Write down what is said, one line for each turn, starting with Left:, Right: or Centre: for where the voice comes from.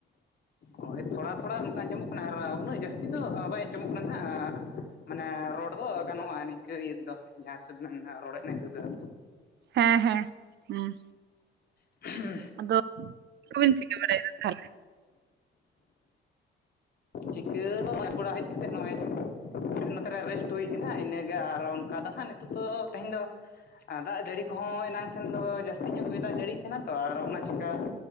Left: ᱦᱳᱭ ᱛᱷᱚᱲᱟ-ᱛᱷᱚᱲᱟ ᱚᱱᱠᱟ ᱟᱸᱡᱚᱢᱚᱜ ᱠᱟᱱᱟ ᱟᱨ ᱩᱱᱟᱹᱜ ᱡᱟᱹᱥᱛᱤ ᱫᱚ ᱵᱟᱭ ᱟᱸᱡᱚᱢᱚᱜ ᱠᱟᱱᱟ ᱦᱟᱸᱜ᱾ ᱢᱟᱱᱮ ᱨᱚᱲ ᱫᱚ ᱜᱟᱱᱚᱜᱼᱟ ᱱᱤᱝᱠᱟᱹ ᱤᱭᱟᱹ ᱫᱚ ᱡᱟᱦᱟᱸ ᱦᱤᱥᱟᱹᱵᱽ ᱵᱤᱱ ᱨᱚᱲᱮᱫᱽ ᱦᱤᱥᱟᱹᱵ ᱛᱮᱫᱚ᱾
Right: ᱦᱮᱸ-ᱦᱮᱸ, ᱦᱩᱸ
Left: <unintelligible>
Right: ᱟᱫᱚ ᱪᱮᱫ ᱠᱚ ᱵᱤᱱ ᱪᱤᱠᱟᱹ ᱵᱟᱲᱟᱭᱮᱫᱟ ᱛᱟᱦᱚᱞᱮ᱾
Left: ᱪᱤᱠᱟᱹᱫᱚ ᱟᱨᱩᱵ ᱵᱟᱲᱟ ᱦᱮᱡ ᱠᱟᱛᱮᱫ ᱱᱚᱼᱚᱭ ᱱᱚᱛᱮ ᱨᱮ ᱨᱮᱥᱴ ᱦᱩᱭ ᱠᱟᱱᱟ ᱤᱱᱟᱹᱜᱮ ᱟᱨ ᱚᱱᱠᱟ ᱫᱚ ᱦᱟᱸᱜ ᱱᱤᱛᱚᱜ ᱫᱚ ᱛᱮᱦᱮᱧ ᱫᱚ, ᱟᱨ ᱫᱟᱜ ᱡᱟᱹᱲᱤ ᱠᱚᱦᱚᱸ ᱮᱱᱟᱝ ᱥᱮᱱ ᱫᱚ ᱡᱟᱹᱥᱛᱤ ᱧᱚᱜ ᱜᱮ ᱫᱟᱜ ᱡᱟᱹᱲᱤᱭᱮᱜ ᱛᱟᱦᱮᱱᱟ ᱛᱚ ᱟᱨ ᱚᱱᱟ ᱪᱮᱠᱟ,